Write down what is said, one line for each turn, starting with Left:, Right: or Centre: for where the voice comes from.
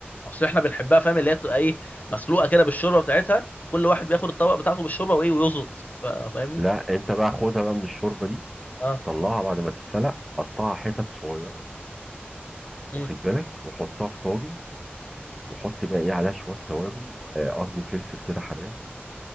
Left: اصل احنا بنحبها فاهم اللي هي بتبقى ايه مسلوقه كده بالشوربه بتاعتها كل واحد بياخد الطبق بتاعته بالشوربه وايه ويظبط فا- فاهمني
Centre: لا انت بقى خدها بقى من الشوربه دي
Left: اه
Centre: طلعها بعد ما تتسلق قطعها حتت صغيره
Left: مم.
Centre: واخد بالك وحطها في طاجن وحط بقى ايه عليها شويه توابل وقرن فلفل كده حراق